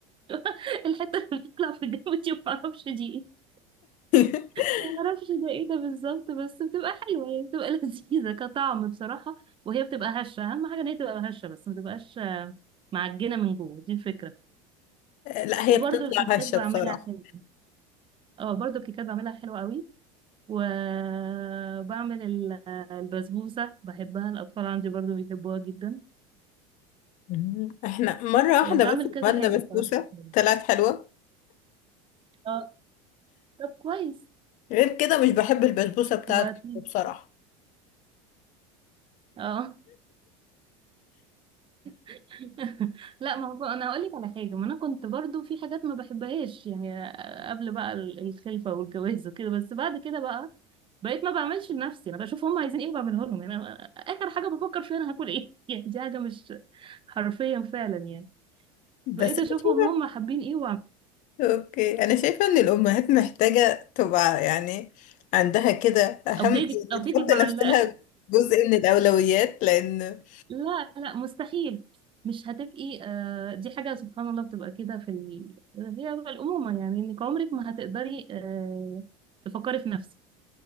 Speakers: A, on the right; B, on the left.
A: <laughs> الحتة اللي بتطلع في الجو دي معرفش دي ايه
B: <laughs>
A: معرفش ده ايه ده بالظبط بس بتبقى حلوة يعني بتبقى <laughs> لذيذة كطعم بصراحة وهي بتبقى هشة اهم حاجة ان هي تبقى هشة بس ما تبقاش معجنة من جوه دي الفكرة
B: لا هي
A: وبرضو
B: بتطلع
A: الكيكات
B: هشة
A: بعملها
B: بصراحة
A: حلو اه برضو الكيكات بعملها حلوة قوي وبعمل ال- البسبوسة بحبها الأطفال عندي برضو بيحبوها جدا
B: مم. احنا مرة واحدة
A: يعني بعمل
B: بس
A: كذا
B: عملنا
A: حاجة
B: بسبوسة
A: بصراحة في البيت.
B: طلعت حلوة
A: اه طب كويس
B: غير كده مش بحب البسبوسة بتاعته
A: وبعدين
B: بصراحة
A: اه <laughs> لا ما هو انا هقول لك على حاجه ما انا كنت برضو في حاجات ما بحبهاش يعني قبل بقى ال- الخلفه والجواز وكده بس بعد كده بقى بقيت ما بعملش لنفسي انا بشوف هم عايزين ايه وبعمله لهم يعني أنا اخر حاجه بفكر فيها انا هاكل ايه <laughs> يعني دي حاجه مش حرفيا فعلا يعني
B: بس
A: بقيت اشوفهم
B: أنا شايفة-
A: هم حابين ايه
B: اوكي انا شايفة ان الامهات محتاجة تبقى يعني عندها كده اهم
A: ابديتد
B: يعني
A: ابديتد
B: تحط
A: مع
B: نفسها
A: ال...
B: جزء من الاولويات لان
A: لا لا مستحيل مش هتبقي آه، دي حاجة سبحان الله بتبقى كده في ال... هي بقى الأمومة يعني انك عمرك ما هتقدري آه، تفكري في نفسك